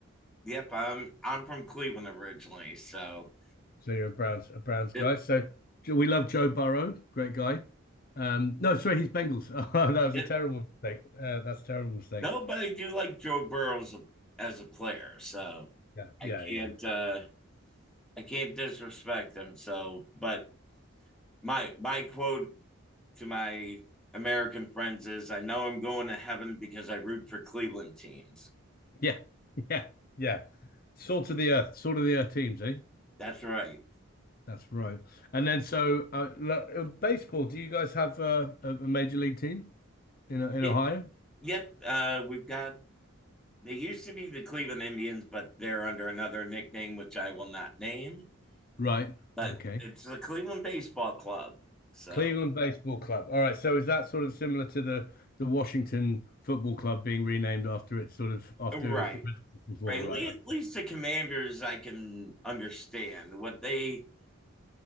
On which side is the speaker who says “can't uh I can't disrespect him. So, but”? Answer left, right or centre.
Centre